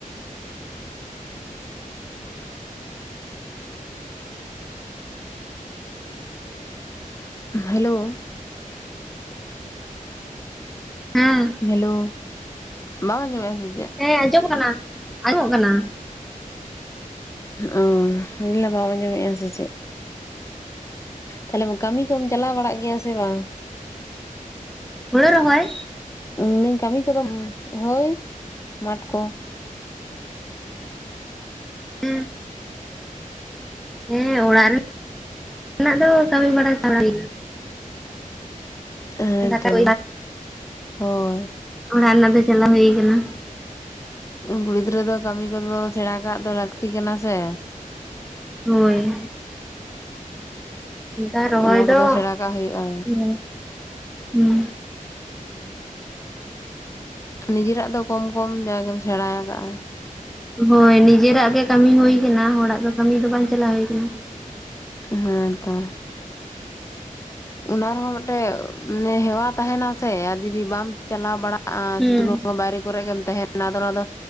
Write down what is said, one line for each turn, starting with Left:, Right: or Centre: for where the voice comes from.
Left: ᱦᱮᱞᱳ
Centre: ᱦᱮᱸ
Left: ᱦᱮᱞᱳ ᱵᱟᱢ ᱟᱸᱡᱚᱢᱮᱫ-ᱟ ᱥᱮ ᱪᱮᱫ
Centre: ᱦᱮᱸ ᱟᱸᱡᱚᱢ ᱠᱟᱱᱟ ᱟᱸᱡᱚᱢᱚᱜ ᱠᱟᱱᱟ
Left: ᱚ <unintelligible> ᱵᱟᱢ ᱟᱸᱡᱚᱢᱮᱫᱼᱟ ᱥᱮ ᱪᱮᱫ ᱛᱟᱦᱞᱮ ᱠᱟᱹᱢᱤ ᱠᱚᱢ ᱪᱟᱞᱟᱣ ᱵᱟᱲᱟᱜ ᱜᱮᱭᱟ ᱥᱮ ᱵᱟᱝ
Centre: ᱦᱩᱲᱩ ᱨᱚᱦᱚᱭ
Left: ᱢᱮᱱᱫᱟᱹᱧ ᱠᱟᱹᱢᱤ ᱠᱚᱫᱚ ᱦᱳᱭ ᱢᱟᱴᱷ ᱠᱚ
Centre: ᱦᱩᱸ ᱦᱮᱸ ᱚᱲᱟᱜ ᱨᱮᱱᱟᱜ <inaudible> ᱨᱮᱱᱟᱜ ᱫᱚ ᱠᱟᱹᱢᱤ ᱵᱟᱲᱟ ᱪᱟᱞᱟᱭᱮᱱᱟ
Left: ᱦᱮᱸ
Centre: ᱫᱟᱠᱟ
Left: ᱛᱚ
Centre: <unintelligible>
Left: ᱦᱳᱭ
Centre: ᱚᱲᱟᱜ ᱨᱮᱱᱟᱜ ᱫᱚ ᱪᱟᱞᱟᱣ ᱦᱩᱭ ᱠᱟᱱᱟ
Left: ᱠᱩᱲᱤ ᱜᱤᱫᱽᱨᱟᱹ ᱫᱚ ᱠᱟᱹᱢᱤ ᱠᱚᱫᱚ ᱥᱮᱬᱟ ᱠᱟᱜ ᱫᱚ ᱞᱟᱹᱠᱛᱤ ᱠᱟᱱᱟ ᱥᱮ
Centre: ᱦᱳᱭ ᱚᱱᱠᱟ ᱨᱚᱦᱚᱭ
Left: ᱚᱱᱟ ᱠᱚᱫᱚ
Centre: ᱫᱚ
Left: ᱥᱮᱬᱟ ᱠᱟᱜ ᱦᱩᱭᱩᱜᱼᱟ
Centre: ᱦᱩᱸ ᱦᱩᱸ
Left: ᱱᱤᱡᱮᱨᱟᱜ ᱫᱚ ᱠᱚᱢ ᱠᱚᱢ ᱡᱟᱜᱮᱢ ᱥᱮᱬᱟ ᱟᱠᱟᱜᱼᱟ
Centre: ᱦᱳᱭ ᱱᱤᱡᱮᱨᱟᱜ ᱜᱮ ᱠᱟᱹᱢᱤ ᱦᱩᱭ ᱠᱟᱱᱟ ᱦᱚᱲᱟᱜ ᱫᱚ ᱠᱟᱹᱢᱤ ᱫᱚ ᱵᱟᱝ ᱪᱟᱞᱟᱣ ᱦᱩᱭ ᱠᱟᱱᱟ
Left: ᱦᱮᱸᱛᱚ ᱚᱱᱟ ᱨᱮᱦᱚᱸ ᱢᱤᱫᱴᱮᱡ ᱢᱟᱱᱮ ᱦᱮᱣᱟ ᱛᱟᱦᱮᱱᱟ ᱥᱮ ᱟᱨ ᱡᱩᱫᱤ ᱵᱟᱢ ᱪᱟᱞᱟᱣ ᱵᱟᱲᱟᱜᱼᱟ
Centre: ᱦᱩᱸ
Left: ᱥᱩᱫᱩ ᱱᱚᱣᱟ ᱵᱟᱨᱮᱠ ᱠᱚᱨᱮ ᱜᱮᱢ ᱛᱟᱦᱮᱱᱟ ᱟᱫᱚ ᱚᱱᱟ ᱫᱚ